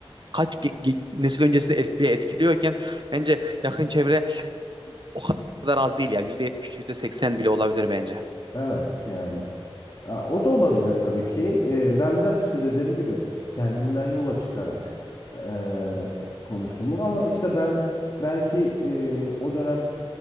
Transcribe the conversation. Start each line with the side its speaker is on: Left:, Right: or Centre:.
Right: kaç ge- ge- nesil öncesinde et- bile etkiliyorken bence yakın çevre o kadar az değil ya. %70, %80 bile olabilir bence.
Left: Evet yani. Aa, O da olabilir tabii ki. Ee, ben biraz işte dediğim gibi kendimden yola çıkarak e, konuştum. bunu Ama işte ben belki e, o dönem